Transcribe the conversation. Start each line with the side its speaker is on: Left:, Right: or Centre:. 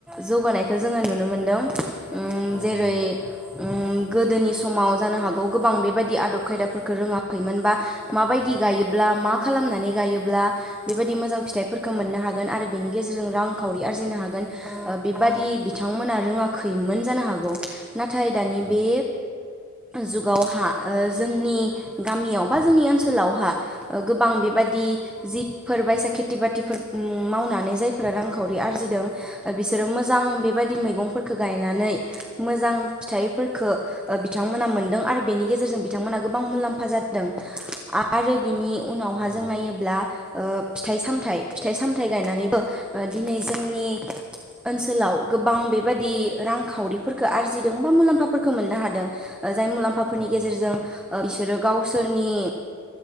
Centre: जौगानायखौ जोङो नुनो मोनदों उ
Left: औ
Centre: जेरै
Left: नंगौ
Centre: उ गोदोनि समाव जानो हागौ गोबां बेबायदि आदब खायदाफोरफोरखौ रोङाखैमोन बा माबायदि गायोब्ला मा खालामनानै गायोब्ला बेबादि मोजां फिथाइफोर खो मोननो हागोन आरो बेनि गेजेरजों रांखावरि आरजिनो हागोन बेबादि
Left: उम
Centre: बिथांमोना रोङाखैमोन जानो हागौ नाथाय दानि
Left: उम
Centre: बे जुगावहा जोंनि गामियाव बा जोंनि ओनसोलावहा गोबां बेबायदि दि जिबफोरबायसा खिथि बाथि फोर मावनानै जायफोरा रांखावरि आरजिदों बिसोरो मोजां बेबायादि मैगंफोरखौ गाय नानै मोजां फिथाइफोरखौ ओ बिथांमोना मोनदों आरो बेनि गेजेरजों बिथांमोना गोबां मुलाम्फा जादों आरो बिनि उनावहा
Left: नंगौ
Centre: जों नायोब्ला ओ फिथाइ सामथाइ फिथाइ सामथायाइ गायनानैबो दिनै जोंनि ओनसोलाव गोबां बेबादि रांखावरिफोरखौ आरजिदों बा मुलाम्फाफोरखौ मोननो हादों जाय मुलाम्फाफोरनि
Left: औ औ
Centre: गेजेरजों ओ बिसोरो गावसोरनि